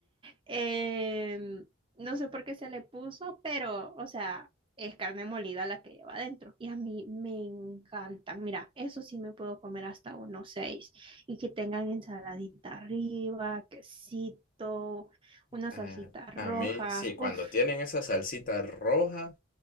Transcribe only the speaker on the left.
Eh,
a mí, sí, cuando
tienen esa salsita roja